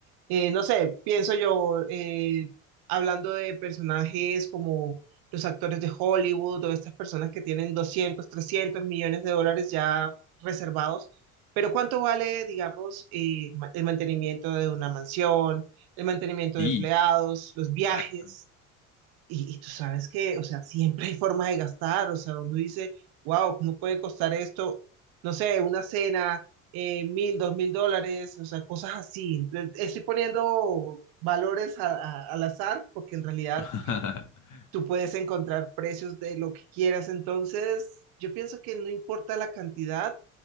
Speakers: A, on the right; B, on the left.
A: eh, no sé, pienso yo, eh, hablando de personajes como los actores de Hollywood o estas personas que tienen doscientos trescientos millones de dólares ya reservados, pero ¿cuánto vale, digamos, eh, ma- el mantenimiento de una mansión, el mantenimiento
B: sí,
A: de empleados, los viajes?
B: exacto.
A: Y, y tú sabes que, o sea, siempre hay forma de gastar, o sea, uno dice, wow, ¿cómo puede costar esto? No sé, una cena, eh, mil, dos mil dólares, o sea, cosas así. Le- Estoy poniendo valores a- a- al azar porque en realidad
B: <laughs>
A: tú puedes encontrar precios de lo que quieras, entonces yo pienso que no importa la cantidad,